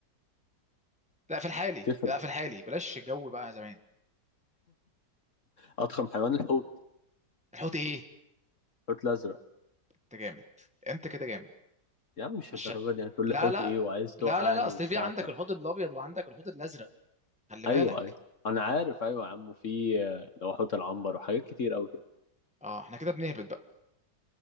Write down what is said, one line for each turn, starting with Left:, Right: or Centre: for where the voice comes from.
Centre: لا في الحالي
Left: تفرق
Centre: لا في الحالي بلاش الجو بقى زمان
Left: اضخم حيوان الحوت
Centre: الحوت ايه
Left: الحوت الازرق
Centre: انت جامد انت كده جامد
Left: يا عم مش
Centre: عشان
Left: الدرجه دي يعني تقول
Centre: لا
Left: لي حوت
Centre: لا
Left: ايه وعايز توقعني
Centre: لا لا لا اصل
Left: وبتاع
Centre: في عندك
Left: ف...
Centre: الحوت الابيض وعندك الحوت الازرق خلي بالك
Left: ايوه ايوه انا عارف ايوه يا عم وفي آه، لو حوت العنبر وحاجات كتير قوي كده
Centre: اه احنا كده بنهبط بقى